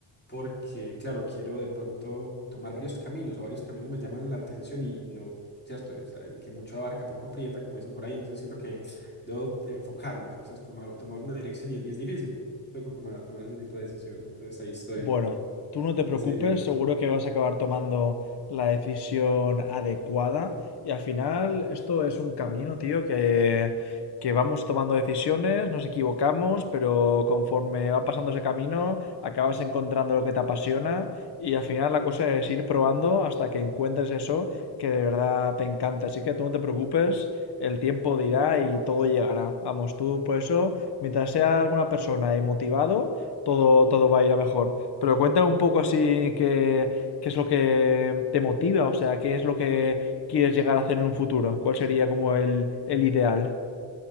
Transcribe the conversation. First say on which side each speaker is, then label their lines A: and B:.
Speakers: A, on the left; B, on the left.
A: porque, claro, quiero de pronto tomar varios caminos o varios caminos me llaman la atención y, y no, ¿cierto? Es el que mucho abarca, poco aprieta, como dicen por ahí, entonces siento que debo enfocarme, ¿cierto? Tomar, tomar una dirección y, y es difícil, ¿cierto? Tomar, tomar ese tipo de decisiones, entonces ahí estoy,
B: Bueno, tú no te preocupes,
A: en ese dilema.
B: seguro que vas a acabar tomando la decisión adecuada y al final
A: Ujú.
B: esto es un camino, tío, que, que vamos tomando decisiones, nos equivocamos, pero conforme va pasando ese camino, acabas encontrando lo que te apasiona y al final la cosa es ir probando hasta que encuentres eso que de verdad te encanta. Así que tú no te preocupes, el tiempo dirá y todo llegará. Vamos, tú por eso, mientras seas alguna persona y motivado, todo, todo va a ir a mejor. Pero cuéntame un poco así qué, qué es lo que te motiva, o sea, qué es lo que quieres llegar a hacer en un futuro, cuál sería como el, el ideal.